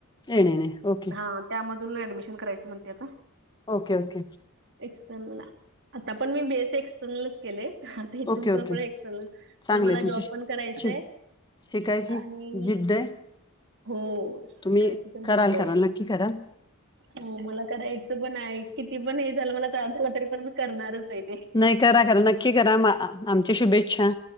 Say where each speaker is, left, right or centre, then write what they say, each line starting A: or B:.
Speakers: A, on the left; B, on the right.
A: येणे येणे ओके
B: हां. त्यांमधून ऍडमिशन करायचं म्हणते आता.
A: Okay okay.
B: एक्सटर्नल आता पण मी बेस एक्सटर्नल. केलेता इथून
A: ओके ओके
B: प्र
A: चांगले
B: मण मला
A: तुमची
B: जॉब
A: शि
B: पण करायचंय.
A: शि- शिकायची
B: आणि.
A: जिद्द आहे
B: हो शिकायची
A: तुम्ही
B: तर
A: कराल
B: दिसद आहे.
A: कराल नक्की कराल
B: हो मला करायच पण आहे किती पण हे झालं मला त्रास झाला तरी पण करणारच आहे ते.
A: नाही करा काररा नक्की करा आमच्या शुभेच्छा.